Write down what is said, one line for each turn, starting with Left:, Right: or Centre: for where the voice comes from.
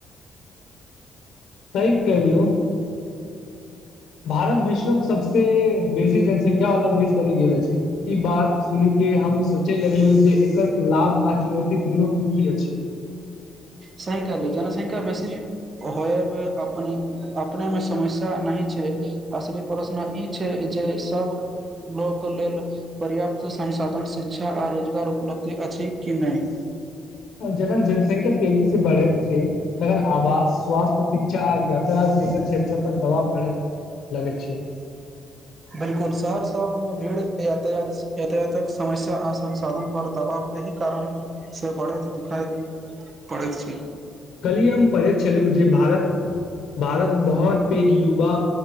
Left: सहिक करौ भारत विश्वक सबस बेसी जनसंख्या वाला देश बनि गेल अछि ई बात सुन के हम सोचय लगलहुँ जे एकर लाभ आ चुनौती दुनू की की अछि
Right: स जनसंख्या बेसी हो अपने अपने मे समस्या नहि छै असली प्रश्न ई छै जे सब लोक लेल पर्याप्त संसाधन शिक्षा आ रोजगार उपलब्ध की अछि कि नहि
Left: जखन जनसंख्या तेजी से बढ़ैत तन आवास स्वास्थ्य शिक्षा आ यातायात ज क्षेत्र पर दबाव बढ़त लगै छै
Right: बिलकुल शहर सबमे भीड़ य यातायातक समस्या आ संसाधन पर दबाव अ कारण से बढ़ैत दुखैत पढ़ैत छै
Left: कलियम परे छलू जे भारत भारतमे बहुत पैघ युवा